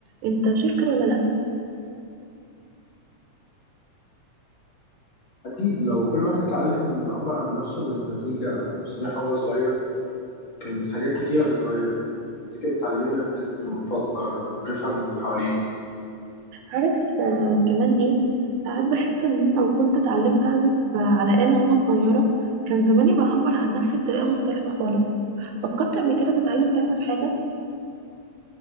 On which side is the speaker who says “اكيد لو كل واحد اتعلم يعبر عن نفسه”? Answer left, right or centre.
Left